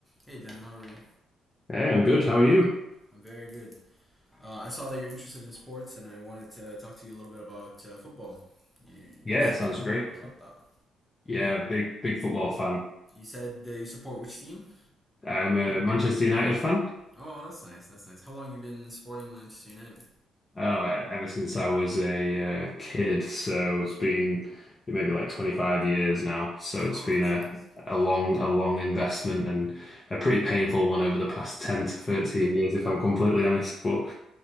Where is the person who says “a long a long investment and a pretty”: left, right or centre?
Left